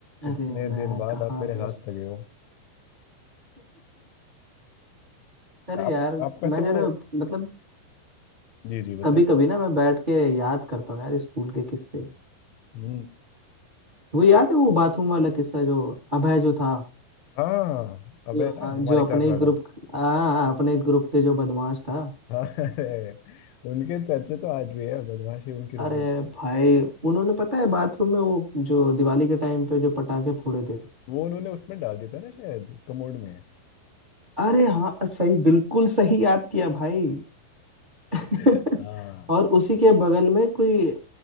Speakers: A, on the left; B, on the right.
A: इतने
B: अरे मैं
A: दिन बाद
B: कहाँ
A: आप मेरे
B: व्यस्त
A: हाथ लगे हो
B: <laughs> अरे
A: आप
B: यार
A: आपका
B: मैं
A: तो
B: जरा मतलब
A: जी जी बताएं
B: कभी कभी ना मैं बैठ के याद करता हूँ यार स्कूल के किस्से
A: हम्म।
B: वो याद है वो बाथरूम वाला किस्सा जो अभय जो था
A: हाँ अबे
B: जो
A: ना हमारी
B: जो अपने
A: क्लास
B: ही
A: वाला
B: ग्रुप हाँ अपने ग्रुप के जो बदमाश था
A: हाँ अरे उनके चर्चे तो आज भी है बदमाशी उनकी रुकी
B: अरे
A: नहीं
B: भाई उन्होंने पता है बाथरूम में वो जो दिवाली के टाइम पे जो पटाखे फोड़े थे
A: वो उन्होंने उसमें डाल दिया था ना शायद कमोड में
B: अरे हाँ सही बिल्कुल सही याद किया भाई <laughs>
A: हाँ
B: और उसी के बगल में कोई